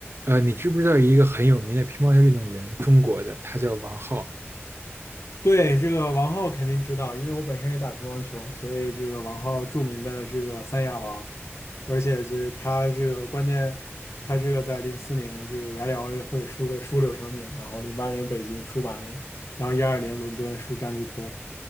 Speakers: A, on the right; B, on the left.
A: 呃，你知不知道一个很有名的乒乓球运动员，中国的，他叫王皓。
B: 对，这个王浩肯定知道，因为我本身也打乒乓球，所以这个王浩著名的这个三亚王，而且就是他这个关键，他这个在零四年这个雅典奥运会输个输柳成敏，然后零八年北京输马林，然后一二年伦敦输张继科，